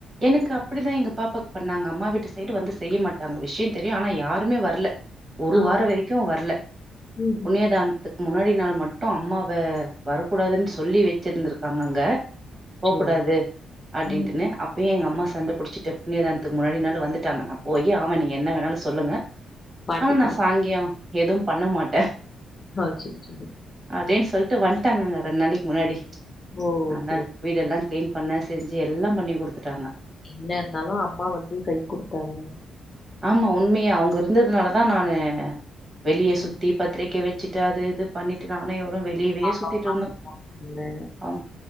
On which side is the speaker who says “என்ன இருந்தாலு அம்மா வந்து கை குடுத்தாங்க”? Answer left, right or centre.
Left